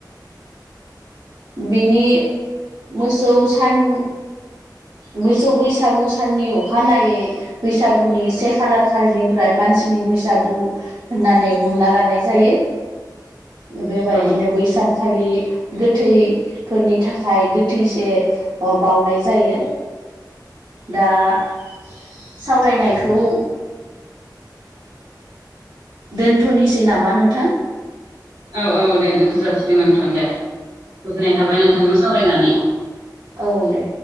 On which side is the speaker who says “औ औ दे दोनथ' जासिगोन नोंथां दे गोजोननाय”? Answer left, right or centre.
Right